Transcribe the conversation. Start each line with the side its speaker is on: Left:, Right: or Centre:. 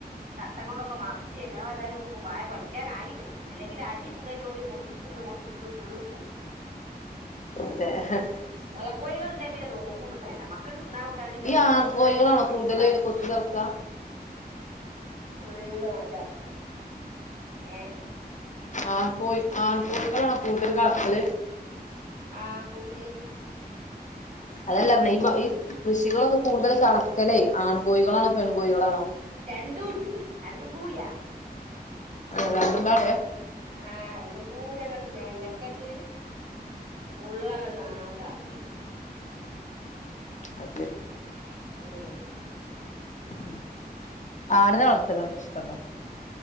Right: തട്ടം കൊണ്ടൊക്കെ മ ച്ച് എങ്ങനെ പോയാലും പ്പോ വാഴ കൊലക്കാനായിന്ന് അല്ലെങ്കിൽ അടി മുതൽ ഓല് കൊത്തി തിന്ന് കൊത്തി തിന്ന് തീർക്കും <inaudible>
Left: അതെ
Right: തള്ള കോഴിക നോക്കുമ്പോ വേണ്ട മക്ക ന്നാ കൂട്ടാ വേണ്ടിട്ടോ
Left: ഈ ആൺകോഴികളാണോ
Right: ക്ക ചീക്കി
Left: കൂടുതൽ
Right: പരത്തി
Left: കൊത്തി കറക്ക
Right: ഫുള്ള് ആശക്കും ഏ
Left: ആൺ കോഴി ആൺ കോഴി കളാണോ കൂടുതൽ കളക്കൽ
Right: ആഹ് കൂട്ടില്
Left: അതല്ല ഈ ഈ കൃഷികളൊക്കെ കൂടുതൽ കളക്കല്ലേ ആൺ കോഴികളാണോ പെൺ കോഴികളാണോ
Right: രണ്ടു ഉണ്ട് രണ്ടു കൂടിയ
Left: അ രണ്ടും പാടെ
Right: ആഹ രണ്ട കൂടി അങ്ങോട്ട് മേനക്കട്ട് ഉള്ള അ ങ്ങട്ട് നാശാക്കും
Left: അ <unintelligible>
Right: ഉം
Left: ഉം ആടിന വളർത്തലണ്ട് ഇഷ്ടുണ്ടോ